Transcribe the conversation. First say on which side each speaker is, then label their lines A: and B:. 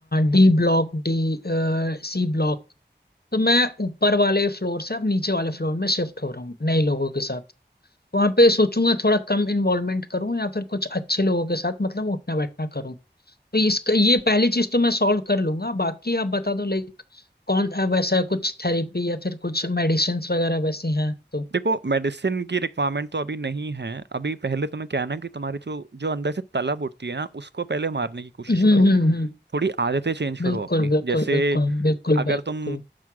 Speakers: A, on the left; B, on the right.
A: D block D C block तो मैं ऊपर वाले फ्लोर से अब नीचे वाले फ्लोर में शिफ्ट हो रहा हूँ नए लोगों के साथ वहां पे सोचूंगा थोड़ा कम इन्वॉल्वमेंट करूँ या फिर कुछ अच्छे लोगों के साथ मतलब उठना बैठना करूँ तो इसका ये पहली चीज तो मैं सॉल्व कर लूंगा बाकी आप बता दो लाइक कौन अ, वैसा है कुछ थेरेपी या फिर कुछ मेडिसिन्स वगैरह वैसी हैं तो
B: देखो मेडिसिन की रिक्वायरमेंट तो अभी नहीं है अभी पहले तुम्हें क्या है ना कि तुम्हारी जो जो अंदर से तलब उठती है ना उसको पहले मारने की कोशिश
A: हम्म
B: करो
A: हम्म हम्म
B: थोड़ी आदतें चेंज करो
A: बिल्कुल
B: अपनी
A: बिल्कुल
B: जैसे
A: बिल्कुल बिल्कुल
B: अगर
A: भाई
B: तुम
A: बिल्कुल